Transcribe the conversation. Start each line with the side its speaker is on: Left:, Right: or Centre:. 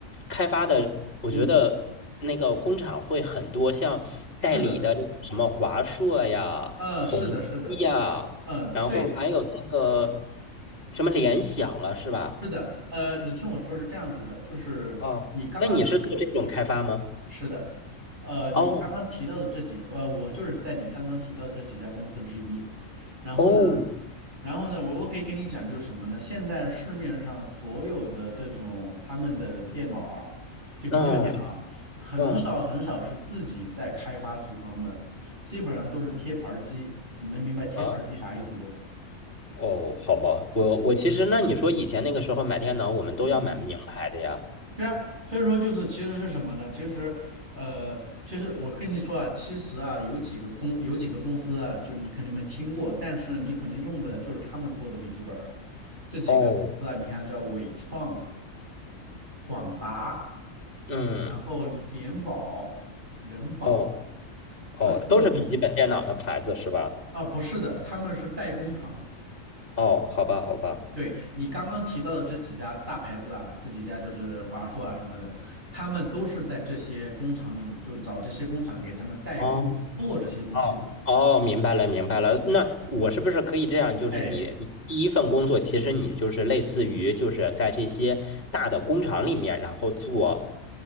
Left: 开发的，我觉得那个工厂会很多，
Right: 嗯，
Left: 像代理的这个什么华硕呀、
Right: 是的，嗯，
Left: 宏基呀，
Right: 是的，是的，嗯，
Left: 然后还有那个
Right: 对，
Left: 什么联想了，是吧？
Right: 是的，呃，你听我说是这样子的，就是你刚刚
Left: 哦，那你是做这种开发吗？
Right: 是的，呃，你刚刚提到的这几家，
Left: 哦
Right: 呃，我就是在你刚刚提到的这几家公司之一。然后呢，
Left: 哦，
Right: 然后呢，我我可以跟你讲，就是什么呢？现在市面上所有的这种他们的电脑啊，就笔记本电脑啊，
Left: 嗯
Right: 很少很少是自己在开发组装的，
Left: 嗯
Right: 基本上都是贴牌儿机。你能明白贴牌儿机啥意思不？
Left: 啊哦，好吧，我我其实那你说以前那个时候买电脑，我们都要买名牌的呀。
Right: 嗯嗯，对啊，所以说就是其实是什么呢？其实，呃，其实我跟你说啊，其实啊，有几个公有几个公司啊，就你肯定没听过，但是呢你可能用的就是他们做的笔记本儿。这几个公司啊，
Left: 哦，
Right: 你看叫伟创、广达，
Left: 嗯，
Right: 然后联保、人保
Left: 哦哦，
Right: 这四个公司
Left: 都是笔记本电脑的牌子是吧？
Right: 啊，不是的，他们是代工厂。
Left: 哦，好吧，好吧。
Right: 对，你刚刚提到的这几家大牌子啊，这几家就是华硕啊什么的，他们都是在这些工厂里面，就找这些工厂给他们代工做这些东西的。
Left: 哦。哦哦，明白了，明白了。
Right: 嗯
Left: 那我是不是可以这样？
Right: 嗯，
Left: 就是你你第一份工作，
Right: 哎，
Left: 其实你就是类似于就是在这些大的工厂里面，然后做